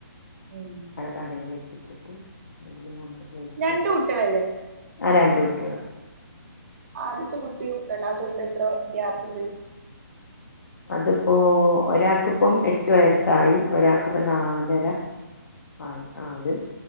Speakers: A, on the right; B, on the left.
A: ഉം
B: കടൽ ഏൽപ്പിച്ചിട്ട് എന്നിട്ട പിന്നെ നമ്മ പോയിടുത്ത
A: രണ്ട് കുട്ടികളല്ലേ
B: ആ രണ്ട കുട്ടികള്
A: ആ ആദ്യത്തെ കുട്ടിയും രണ്ടാമത്തെ കുട്ടിയും എത്ര ഗ്യാപ്പ് ഉണ്ട്
B: അതിപ്പോ ഒരാൾക്കിപ്പം എട്ട് വയസ്സായി ഒരാൾക്ക് ഇപ്പൊ നാലര ആയി ആ ഒരു